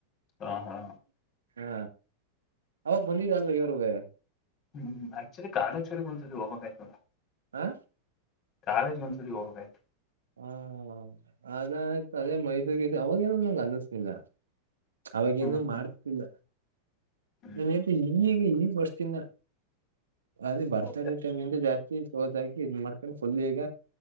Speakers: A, on the left; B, on the right.
A: ಹ ಹಾ
B: ಹಾ ಅವಾಗ ಬಂದಿದ್ದ ಅಲ್ವಾ ಇವನುವೆ
A: ಹ್ಮ್ ಆಕ್ಚುಲಿ ಕಾಲೇಜ ಕಡೆಗ್ ಒಂದ್ಸತಿ ಹೋಗಬೇಕ ಆಯ್ತು
B: ಹಾ
A: ಕಾಲೇಜ್ ಗೆ ಒಂದ್ಸತಿ ಹೋಗಬೇಕು ಅಷ್ಟೇ
B: ಹ ಹಾ ಅದಾಯಯ್ತು ಅದೇ ಮೈಸೂರ್ಗ ಅವಾಗೇಏನ ನಂಗೆ ಅನ್ನಿಸನಿಲ್ಲ ಅವಾಗಿಂದು
A: ಹ್ಮ್
B: ಮಾಡ್ತಿಲ್ಲ
A: ಹ್ಮ್
B: ನನ್ ಹೇಳ್ದ ಈಗ ಈ ವರ್ಷದಿಂದ ಅದೇ ಬರ್ತಡೆ
A: ಹೌದಾ?
B: ಟೈಮ್ ಇಂದ ಜಾಸ್ತಿ ಕ್ಲೋಸಾಗಿ ಇದ್ ಮಾಡ್ಕೊಂಡು ಫುಲ್ ಈಗ